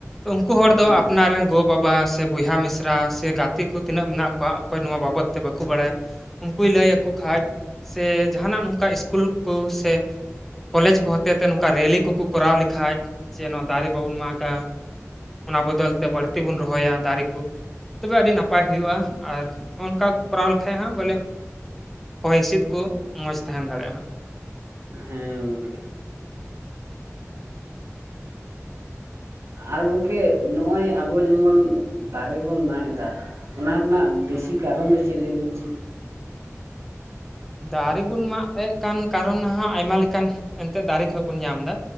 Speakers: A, in the centre; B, on the right.
A: ᱩᱝᱠᱩ ᱦᱚᱲ ᱫᱚ
B: ᱦᱮᱸ
A: ᱟᱯᱱᱟᱨ ᱨᱮᱱ ᱜᱚᱼᱵᱟᱵᱟ ᱥᱮ ᱵᱚᱭᱦᱟ ᱢᱤᱥᱨᱟ ᱥᱮ ᱜᱟᱛᱮ ᱠᱚ ᱛᱤᱱᱟᱹᱜ ᱢᱮᱱᱟᱜ ᱠᱚᱣᱟ ᱚᱠᱚᱭ ᱱᱚᱣᱟ ᱵᱟᱵᱚᱫ ᱛᱮ ᱵᱟᱠᱚ ᱵᱟᱲᱟᱭ ᱩᱱᱠᱩᱭ ᱞᱟᱹᱭ ᱟᱠᱚ ᱠᱷᱟᱡ ᱥᱮ ᱡᱟᱦᱟᱱᱟᱜ ᱱᱚᱝᱠᱟ ᱥᱠᱩᱞ ᱠᱚ ᱥᱮ ᱠᱚᱞᱮᱡᱽ ᱠᱚ ᱦᱚᱛᱮ ᱛᱮ ᱱᱚᱝᱠᱟ ᱨᱮᱞᱤ ᱠᱚᱠᱚ ᱠᱚᱨᱟᱣ ᱞᱮᱠᱷᱟᱡ ᱡᱮ ᱱᱚᱣᱟ ᱫᱟᱨᱮ ᱵᱟᱵᱚᱱ ᱢᱟᱜᱟ ᱚᱱᱟ ᱵᱚᱫᱚᱞ ᱛᱮ ᱵᱟᱹᱲᱛᱤ ᱵᱚᱱ ᱨᱚᱦᱚᱭᱟ ᱫᱟᱨᱮ ᱠᱚ ᱛᱚᱵᱮ ᱟᱹᱰᱤ ᱱᱟᱯᱟᱭ ᱦᱩᱭᱩᱜᱼᱟ ᱟᱨ ᱱᱚᱜᱼᱚᱭ ᱱᱚᱝᱠᱟ ᱠᱚᱨᱟᱣ ᱞᱮᱠᱷᱟᱡ ᱦᱟᱸᱜ ᱵᱚᱞᱮ ᱦᱚᱭ ᱦᱤᱥᱤᱫ ᱠᱚ ᱢᱚᱸᱡᱽ ᱛᱟᱦᱮᱱ ᱫᱟᱲᱮᱭᱟᱜᱼᱟ ᱦᱟᱸᱜ
B: ᱦᱮᱸ ᱜᱚᱝᱠᱮ ᱾ ᱟᱨ ᱜᱚᱝᱠᱮ ᱱᱚᱜᱼᱚᱭ ᱟᱵᱚ ᱡᱮᱢᱚᱱ ᱫᱟᱨᱮ ᱵᱚᱱ ᱢᱟᱜ ᱮᱫᱟ ᱚᱱᱟ ᱨᱮᱱᱟᱜ ᱵᱮᱥᱤ
A: ᱦᱟᱸᱜ ᱦᱮᱸ
B: ᱠᱟᱨᱚᱱ ᱫᱚ ᱪᱮᱫ ᱞᱟᱹᱭᱵᱤᱱ ᱥᱮ?
A: ᱫᱟᱨᱮ ᱵᱚᱱ ᱢᱟᱜ ᱮᱜ ᱠᱟᱱ ᱠᱟᱨᱚᱱ ᱦᱟᱸᱜ ᱟᱭᱢᱟ ᱞᱮᱠᱟᱱ ᱮᱱᱛᱮᱜ ᱫᱟᱨᱮ ᱠᱷᱚᱱ ᱵᱚᱱ ᱧᱟᱢ ᱮᱫᱟ